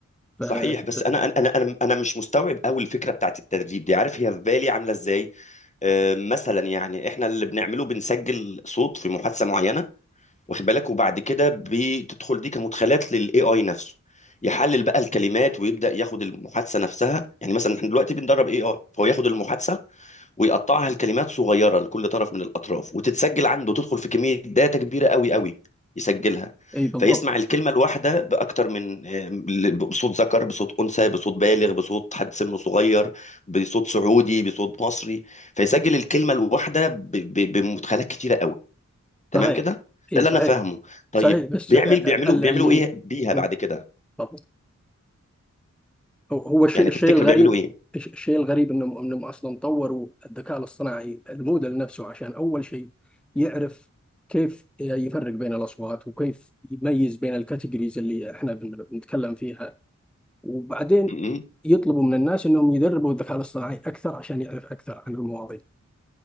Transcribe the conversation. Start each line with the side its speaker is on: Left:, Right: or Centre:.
Centre: ف
Left: صحيح
Centre: آه،
Left: بس انا انا انا انا أنا مش مستوعب قوي الفكره بتاعت التدريب دي عارف هي في بالي عامله ازاي آه، مثلا يعني احنا اللي بنعمله بنسجل صوت في محادثه معينه واخد بالك وبعد كده بتدخل دي كمدخلات للاي اي نفسه يحلل بقى الكلمات ويبدا ياخد المحادثه نفسها يعني مثلا احنا دلوقتي بندرب اي اي فهو ياخد المحادثه ويقطعها لكلمات صغيره لكل طرف من الاطراف وتتسجل عنده تدخل في كميه داتا كبيره قوي قوي يسجلها
Centre: أي بالضبط
Left: فيسمع الكلمه الواحده باكتر من آه، بصوت ذكر بصوت انثى بصوت بالغ بصوت حد سنه صغير بصوت سعودي بصوت مصري فيسجل الكلمه الواحده ب- ب- بمدخلات كتيره قوي تمام
Centre: صحيح
Left: كده
Centre: أي
Left: ده اللي
Centre: صحيح
Left: انا فاهمه طيب
Centre: صحيح بس
Left: بيعمل
Centre: آه،
Left: بيعملوا
Centre: آه، اللي
Left: بيعملوا ايه بيها
Centre: مم.
Left: بعد كده
Centre: تفضل. هو هو الشيء
Left: يعني
Centre: الشيء
Left: تفتكر
Centre: الغريب
Left: بيعملوا
Centre: الش- الشيء الغريب انهم انهم اصلا طوروا الذكاء الاصطناعي الموديل نفسه عشان اول شيء يعرف كيف يفرق بين الاصوات وكيف يميز بين الكاتيجوريز اللي احنا بن- بنتكلم فيها وبعدين
Left: ايه
Centre: يطلبوا من الناس انهم يدربوا الذكاء الاصطناعي اكثر عشان يعرف اكثر عن المواضيع